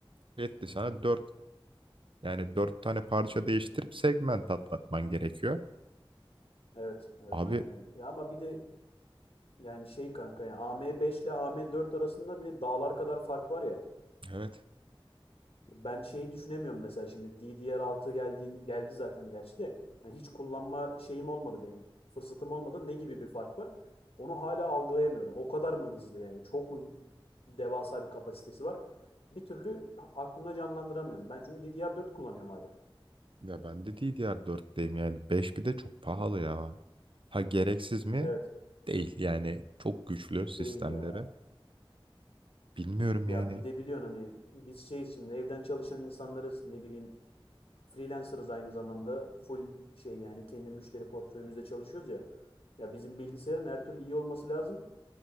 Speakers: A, on the right; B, on the left.
A: Etti sana dört yani 4 tane parça değiştirip segment atlatman gerekiyor.
B: Evet, evet
A: Abi
B: aynen öyle. Ya ama bir de yani şey kanka ya AM5 ile AM4 arasında bile dağlar kadar fark var ya.
A: evet
B: Ben şeyi düşünemiyorum mesela şimdi DDR6 geldiğin geldi zaten gerçi de hani hiç kullanma şeyim olmadı benim. Fırsatım olmadı. Ne gibi bir fark var? Onu hala algılayamıyorum. O kadar mı hızlı yani? Çok mu devasa bir kapasitesi var? Bir türlü aklımda canlandıramıyorum. Ben çünkü DDR4 kullanıyorum hala.
A: Ya ben de DDR 4'teyim yani 5 bir de çok pahalı ya. Ha gereksiz mi?
B: Evet,
A: Değil yani çok güçlü sistemleri.
B: değil ya.
A: Bilmiyorum
B: Ya
A: yani.
B: bir de biliyorsun hani biz şeyiz şimdi evden çalışan insanlarız ne bileyim freelancer'ız aynı zamanda full şey yani kendi müşteri portföyümüzde çalışıyoruz ya. Ya bizim bilgisayarın her türlü iyi olması lazım.